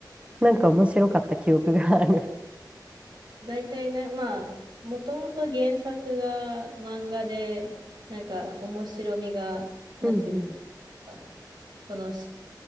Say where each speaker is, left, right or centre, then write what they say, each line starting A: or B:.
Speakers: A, on the right; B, on the right.
A: なんか面白かった記憶がある。
B: 大体な、まあ、もともと原作が漫画で、なんか面白みが、なんていうんですか、
A: うんうん。
B: そのし、